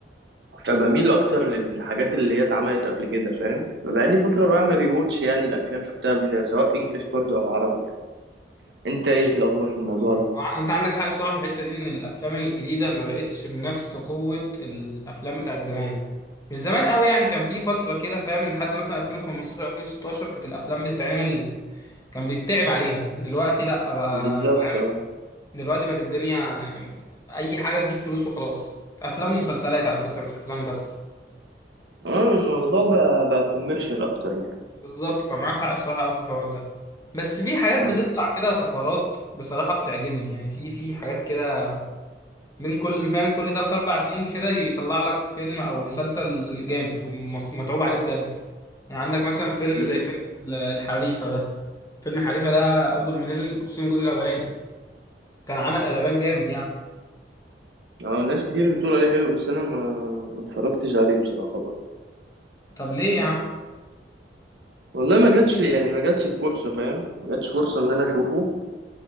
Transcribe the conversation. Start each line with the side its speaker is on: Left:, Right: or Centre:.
Right: فبميل اكتر للحاجات اللي هي اتعملت قبل كده فاهم فبقالي فتره بعمل ريواتش يعني الافلام شفتها قبل كده سواء انجليش برضو او عربي يعني انت ايه الاخبار في الموضوع
Left: آه.
Right: ده
Left: وع- انت عندك حق بصراحه في الحته دي ان الافلام الجديده ما بقتش بنفس قوه الافلام بتاعت زمان مش زمان قوي يعني كان في فتره كده فاهم من حد مثلا 2015 2016 كانت الافلام بتتعمل كان بيتعب عليها دلوقتي لا بقى
Right: بالظبط
Left: فاهم دلوقتي بقت الدنيا يعني اي حاجه تجيب فلوس وخلاص افلام ومسلسلات على فكره مش افلام بس
Right: اه الموضوع بقى بقى كوميرشال اكتر يعني
Left: بالظبط فمعاك حق بصراحة أوي في الحوار ده بس في حاجات
Right: امم
Left: بتطلع كده طفرات بصراحة بتعجبني يعني في في حاجات كده من كل فاهم كل تلات أربع سنين كده يطلع لك فيلم أو مسلسل جامد ومص- ومتعوب عليه بجد يعني عندك مثلا فيلم
Right: امم
Left: زي فيلم ال- الحريفة ده فيلم الحريفة ده أول ما نزل خصوصا الجزء الأولاني كان عمل قلبان جامد يعني
Right: اه ناس كتير بتقول عليه حلو بس انا ما ما اتفرجتش عليه بصراحه برضه
Left: طب ليه يا عم؟
Right: والله ما جاتش يعني ما جاتش الفرصه فاهم ما جاتش فرصه ان انا اشوفه